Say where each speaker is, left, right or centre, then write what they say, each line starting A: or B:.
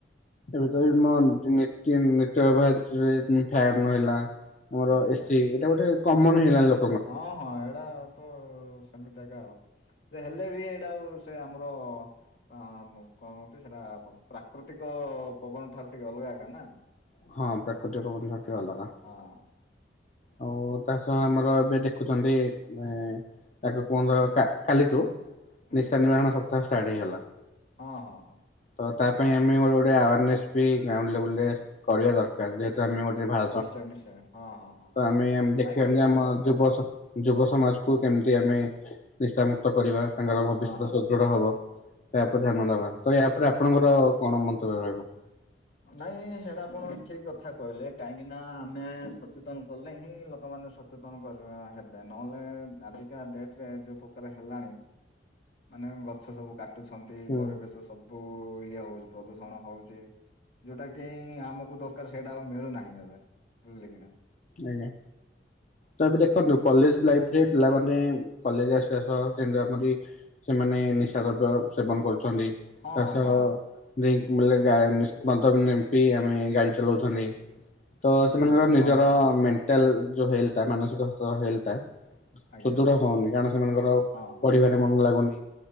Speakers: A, on the left; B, on the left.
A: ଏବେ ତ ମୋ <unintelligible> ଆମର
B: ଆଜ୍ଞା
A: ଏସି
B: ଆଜ୍ଞା
A: ଏଇଟା ଗୋଟେ କମନ ହେଇଗଲାଇ ଲୋ
B: ହଁ ହଁ ଏଇଟା ତ ସେମିତି ଆକା ଆଉ। ସେ ହେଲେ ବି ଏଇଟା ଆଉ ସେ ଆମର ହ ମୁ କହୁଁଛି ସେଇଟା ପ୍ରାକୃତିକ ପବନ ଠାରୁ ଟିକେ ଅଲଗା ଏକା ନା।
A: ହଁ ପ୍ରାକୃତିକ ପାବନ ଠାରୁ ଟିକେ ଅଲଗା।
B: ହଁ
A: ଆଉ ତା ସହ ଆମର ଏବେ ଦେଖୁଛନ୍ତି ମେ ତାକୁ କୁହନ୍ତ କାଲିଠୁ
B: ହୁଁ
A: ନିଶା
B: ହୁଁ
A: ନିବାରଣ ସପ୍ତାହ ଷ୍ଟାର୍ଟ ହେଇଗଲା।
B: ହଁ ହଁ। ହଁ
A: ତ ତା ପାଇଁ ଆମେ ଗୋଟେ ଗୋଟେ ଆୱାରନେସ୍ ବି ଗ୍ରାଉଣ୍ଡ ଲେବୁଲ ରେ କରିବା ଦରକାର ଯେହେତୁ ଆମେ ଗୋଟେ ଭା
B: ନିଶ୍ଚୟ ନିଶ୍ଚୟ ହଁ ହଁ।
A: ତ
B: ହଁ
A: ଆମେ ଆମେ ଦେଖିବାନି
B: ନାଇଁ କରିବା
A: ଆମ
B: କଣ ଦରକାର
A: ଯୁବ
B: ତ
A: ସ ଯୁବ ସମାଜକୁୁ କେମିତି ଆମେ ନିଶାମୁକ୍ତ କରିବା ତାଙ୍କର ଭବିଷ୍ୟତ
B: ହଁ
A: ସ
B: ହଁ
A: ସୁଦୃଢ ହବ ଏହା ଉପରେ ଧ୍ୟାନ ଦବା ତ ଏହା ଉପରେ ଆପଣଙ୍କର କଣ ମନ୍ତବ୍ୟ ରହିବ?
B: ନାଇଁ ସେଇଟା ଆପଣ ଠିକ କଥା କହିଲେ କାହିଁକି ନା ଆମେ ସଚେତନ କଲେ ହିଁ ଲୋକମାନେ ସ ସଚେତନ କର ହେବେ ନହେଲେ ଆଜିକା ଡେଟରେ ଯୋଉ ପ୍ରକାର ହେଲାଣି। ମାନେ ଗଛ ସବୁ କାଟୁଛନ୍ତି
A: ହୁଁ
B: ପରିବେଶ ଓ ଇଏ ହଉଚି ପ୍ରଦୂଷଣ ହଉଚି। ଯୋଉଟା କି ଆମକୁ ଦରକାର ସେଇଟା ଆଉ ମିଳୁନାହିଁ ଏବେ ବୁଝିଲେ କି ନା।
A: ଆଜ୍ଞା। ତାପରେ ଦେଖନ୍ତୁ କଲେଜ ଲାଇଫରେ ପିଲାମାନେ କଲେଜ ଆସିବା ସହ <unintelligible> ସେମାନେ ନିଶାଦ୍ରବ୍ୟ ସେବନ କରୁଛନ୍ତି
B: ହଁ
A: ତା ସହ
B: ହଁ
A: ନାଇ ମାନେ <unintelligible> ନିଶା ମଦ ପିଇ ଆମେ ଗାଡି ଚଲଉଛନ୍ତି ତ
B: ନିଶ୍ଚୟ
A: ସେମାନଙ୍କର
B: ନିଶ୍ଚୟ ହଁ
A: ନିଜର
B: ହଁ ହଁ
A: ମେଣ୍ଟାଲ ଯୋଉ ହେଲଟା ମାନସିକ ସ୍ତର ହେଲଟା
B: ଆଜ୍ଞା
A: ସୁଦୃଢ
B: ଆଜ୍ଞା
A: ହଉନି କାରଣ ସେମାନଙ୍କର
B: ହଁ
A: ପରିବାରେ ମନ ଲାଗୁନି।